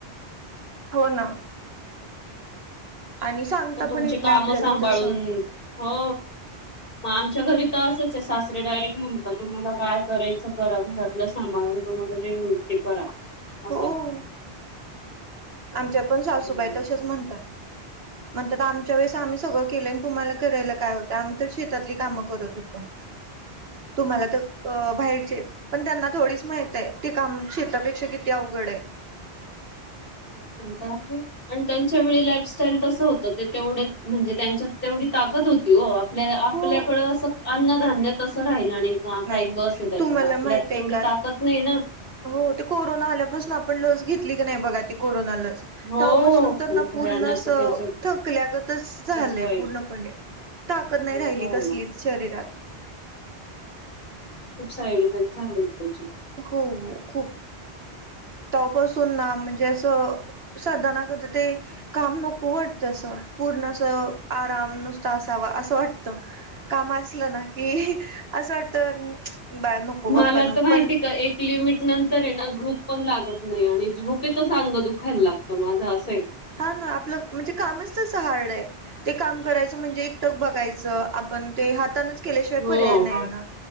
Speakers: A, on the right (about 65°); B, on the left (about 55°).
A: हो ना आणि सांगता
B: तुमची
A: पण येत
B: काम
A: नाही आपल्याला
B: सांभाळून
A: तसं
B: हो मग आमच्या घरी तर असंच आहे सासरे डायरेक्ट म्हणतात तुम्हाला काय करायचं करा घरात सांभाळून तुम्हाला जे होईल ते करा असं
A: हो
B: असत
A: आमच्या पण सासूबाई
B: असत
A: तसेच म्हणतात म्हणतात तर आमच्या वेळेस आम्ही सगळं केलं तुम्हाला करायला काय होतं आम्ही तर शेतातली काम करत होतो तुम्हाला तर अ बाहेरचेेत पण त्यांना थोडीच माहित आहे ते काम शेतापेक्षा किती अवघड आहे
B: होलता आहे आणि त्यांच्या वेळी लाईफस्टाईल तसं होत ते तेवढ म्हणजे त्यांच्यात तेवढी ताकद होती आप आपल्याकडं
A: हो
B: असं अन्नधान्य तसं राहिलं नाही काही
A: नाही
B: कस आहे त्याच्यात
A: तुम्हाला
B: आपल्यात
A: माहित आहे
B: तेवढी
A: का
B: ताकत नाही ना
A: हो ते कोरोना आल्यापासून आपण लस घेतली की नाही बघा ती कोरोना लस
B: हो
A: तवपासून
B: खूप
A: तर ना पूर्ण
B: भयानक त्याच
A: थकल्यागतच झालंय
B: खूप वाईट
A: पूर्णपणे ताकद नाही
B: खूप
A: राहिली
B: भयानक
A: कसलीच शरीरात
B: खूप साईड इफेक्ट झालेत त्याचे
A: हो खूप तवपासून ना म्हणजे असं साधणा करत ते काम नको वाटत अस पूर्ण अस आराम नुसत असावा असं वाटत काम असलं ना की असं वाटतं बार नको
B: मला
A: बाप्ब न
B: तर माहिती
A: पण
B: आहे का एक लिमिट नंतर आहे ना झूप पण लागत नाही आणि झूप तर चांग दुखायला लागतं माझं असं आहे
A: हा ना आपलं म्हणजे कामच तस हार्ड आहे ते काम करायचं म्हणजे एकटक बघायचं आपण ते हातानच केल्याशिवाय
B: हो
A: पर्याय नाही ना